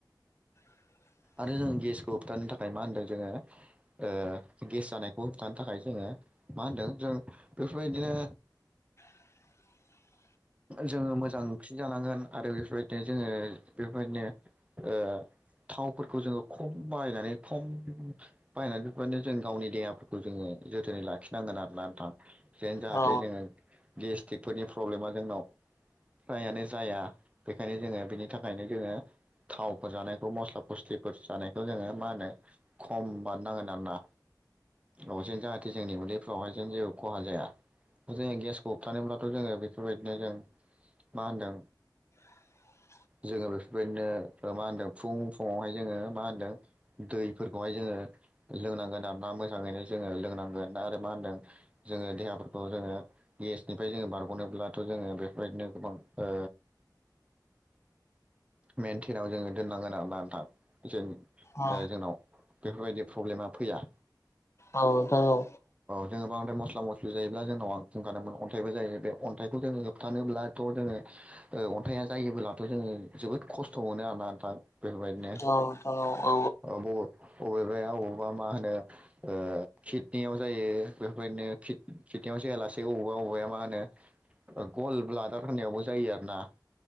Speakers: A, on the left (about 40°); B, on the right (about 15°).
A: <inaudible>
B: आरो जों गेसखौ होबथानो थाखाय मा होनदों जोङो ओ गेस जानायखौ होबथानो थाखाय जोङो मा होनदों जों बेफोरबायदिनो
A: <inaudible>
B: जोङो मोजां ओंख्रि जानांगोन आरो बेफोरबायदिनो जोङो बेफोरबायदिनो ओ थावफोरखौ जोङो खम बायनानै खम बाहायनानै बेफोरबादिनो जों गावनि देहाफोरखौ जोङो जोथोनै लाखिनांगोन आरोना नोंथां जेन जाहाथे
A: औ
B: जोङो गेस्टिकफोरनि प्रब्लेमा जोंनाव फ्रायानो जाया बेखायनो जोङो बेनि थाखायनो जोङो थावफोर जानायखौ मस्ला मस्लिफोर जानायखौ जोङो मा होनो खम बानायनांगोन आरोना। औ जेन जाहाथे जोंनि उन्दैफ्रावहाय जों जेबो खहा जाया जोङो गेसखौ होबथानोब्लाथ' जोङो बेफोरबायदिनो जों मा होनदों
A: <inaudible>
B: जोङो बेफोरबायदिनो मा होनदों फुं फुुंवहाय जोङो मा होनदों दैफोरखौहाय जोङो ङो लोंनांगोन आरो ना मोजाङैनो जोङो लोंनांगोन आरो मा होनदों जोङो देहाफोरखौ जोङो ओ गेसनिफ्राय जोङो बारग'नोब्ला थ ओ जोङो बेफोरदिनो गोबां ओ मेनटेनाव जोङो दोननांगोन आरोना नोंथां जों ओ
A: औ
B: जोंनाव बेफोरबायदि फ्रब्लेमा फैया
A: औ नंगौ।
B: जो बांद्राय मस्ला मस्लि जायोब्ला जोंनाव आ बुंखानोमोन अन्थाइबो जायो बे अन्थाइखौ जोङो होबथानोब्लाथ' जोङो ओ अन्थाइया जायोबोलाथ' जोङो जोबोद खस्थ' मोनो आरोना नोंथां। बेफोरबायदिनो
A: औ नोंथां औ
B: औ औ ब अबेबाया अबेबा मा होनो ओ खिदनियाव जायो बेफोरबायदिनो खिद खिदनियाव जायालासे अबावबा अबावबाया मा होनो गल ब्लादार होननायावबो जायो आरोना।